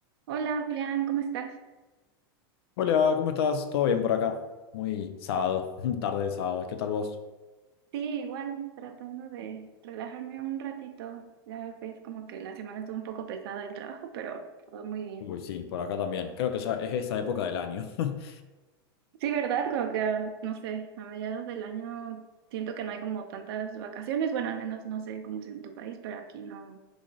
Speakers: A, on the right; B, on the left.
A: Hola Julián, ¿cómo estás?
B: Hola, ¿cómo estás? ¿Todo bien por acá? Muy sábado, <laughs> tarde de sábado. ¿Qué tal vos?
A: Sí, igual tratando de relajarme un ratito. Ya ves, como que la semana estuvo un poco pesada el trabajo, pero todo muy bien.
B: Uy, sí, por acá también. Creo que ya es esa época del año. <laughs>
A: Sí, ¿verdad? Como que, ah, no sé, a mediados del año siento que no hay como tantas vacaciones. Bueno, al menos no sé cómo es en tu país, pero aquí no,